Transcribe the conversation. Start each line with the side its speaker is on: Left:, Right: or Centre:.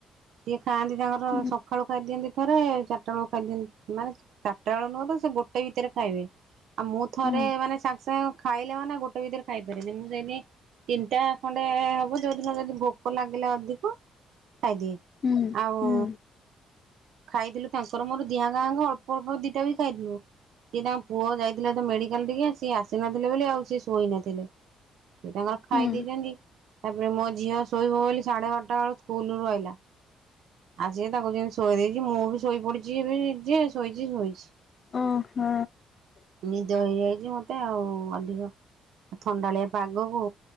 Right: ସିଏ ଖାଆନ୍ତି ତାଙ୍କର
Left: ହୁଁ
Right: ସକାଳୁ ଖାଇଦିଅନ୍ତି, ଥରେ ଚାରିଟା ବେଳକୁ ଖାଇଦିଅନ୍ତି ମାନେ ଚାରିଟା ବେଳ ନୁହଁ ତ ସେ ଗୋଟେ ଭିତରେ ଖାଇବେ। ଆଉ ମୁଁ ଥରେ
Left: ହୁଁ
Right: ମାନେ ସାଙ୍ଗେ ସାଙ୍ଗେ ଖାଇଲେ, ମାନେ ଗୋଟେ ଭିତରେ ଖାଇପାରିନି ମୁଁ ସେଇଥିପାଇଁ ତିନିଟା ଖଣ୍ଡେ ହବ ଯୋଉଦିନ ଯଦି ଭୋକ ଲାଗିଲା ଅଧିକ ଖାଇ ଦିଏ
Left: ହୁଁ
Right: ଆଉ
Left: ହୁଁ
Right: ଖାଇଦେଲୁ ତାଙ୍କର ମୋର ଦି ଜଣ ଆଙ୍କ ଅଳ୍ପ ଅଳ୍ପ ଦିଟା ବି ଖାଇଥିଲୁ। ସିଏ ତାଙ୍କ ପୁଅ ଯାଇଥିଲେ, ତ ମେଡିକାଲ ଟିକେ ସିଏ ଆସିନଥିଲେ ବୋଲି ଆଉ ସିଏ ଶୋଇ ନଥିଲେ। ସେ ତାଙ୍କର ଖାଇ
Left: ହୁଁ
Right: ଦେଇଛନ୍ତି। ତାପରେ ମୋ ଝିଅ ଶୋଇବ ବୋଲି ସାଢେ ଅଠଟା ବେଳକୁ ସ୍କୁଲ ରୁ ଆଇଲା। ଆସିକି ତାକୁ ଯେମିତି ଶୋଇ ଦେଇଛି ମୁଁ ବି ଶୋଇପଡିଛି ଏବେ ଯେ ଶୋଇଛି ଶୋଇଛି।
Left: ଓହୋ।
Right: ନିଦ ହେଇଯାଇଛି ମତେ ଆଉ ଅଧିକ ଥଣ୍ଡାଳିଆ ପାଗ କୁ